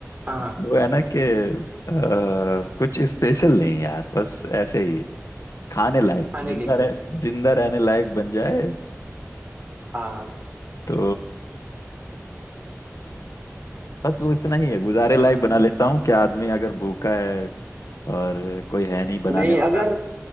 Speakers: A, on the right (about 30°); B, on the left (about 90°).
A: हाँ हाँ
B: वो है ना कि अ, कुछ स्पेशल नहीं यार बस ऐसे ही खाने लायक
A: खाने
B: जिंदा
A: के लिए
B: रह जिंदा रहने लायक बन जाए
A: हाँ हाँ।
B: तो बस वो इतना ही है गुजारे लायक बना लेता हूँ कि आदमी अगर भूखा है और कोई है नहीं बनाने
A: नहीं
B: वाला
A: अगर